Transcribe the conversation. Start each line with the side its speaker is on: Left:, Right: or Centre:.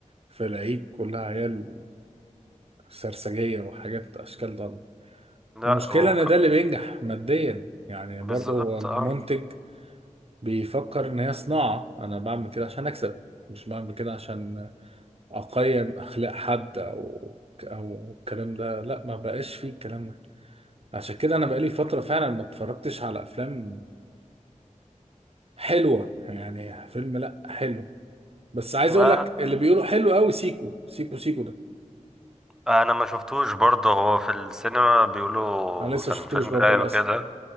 Right: في العيد كلها عيال سرسجيه وحاجات اشكال ضاله
Centre: لا
Right: والمشكله
Centre: وك...
Right: ان ده اللي بينجح ماديا يعني
Centre: بالظبط
Right: برضه هو المنتج
Centre: اه
Right: بيفكر ان هي صناعه انا بعمل كده عشان اكسب مش بعمل كده عشان اقيم اخلاق حد او او الكلام ده لا ما بقاش فيه الكلام ده عشان كده انا بقالي فتره فعلا ما اتفرجتش على افلام حلوه يعني فيلم لا حلو بس عايز
Centre: ما
Right: اقول لك اللي بيقولوا حلو قوي سيكو سيكو سيكو ده
Centre: انا ما شفتوش برضه هو في السينما بيقولوا
Right: انا لسه
Centre: كان
Right: شفتوش
Centre: فيلم
Right: برضو
Centre: رايق
Right: للاسف
Centre: وكده